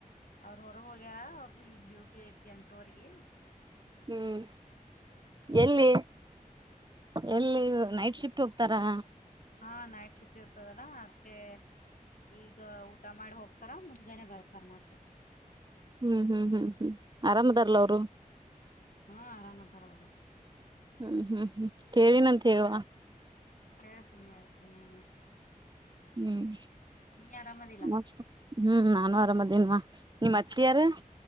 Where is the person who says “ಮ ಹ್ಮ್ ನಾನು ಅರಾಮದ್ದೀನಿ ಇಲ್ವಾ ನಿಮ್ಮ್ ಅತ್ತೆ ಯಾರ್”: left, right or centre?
Right